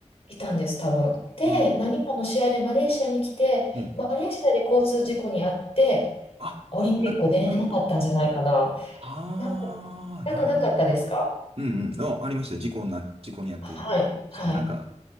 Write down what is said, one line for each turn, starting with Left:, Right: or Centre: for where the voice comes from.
Left: いたんです、多分。で、
Right: うん、
Left: 何かの試合でマレーシアに来て、
Right: うん。
Left: マレーシアで交通事故に遭って、
Right: あ、
Left: オリンピック出れなかったんじゃないかな。
Right: なるほど、なるほど。ああ、
Left: なんか、なんかなかったですか
Right: なるほど、なるほど。うんうん。あ、ありました。事故な、事故にあって、
Left: はい、はい。
Right: なんか、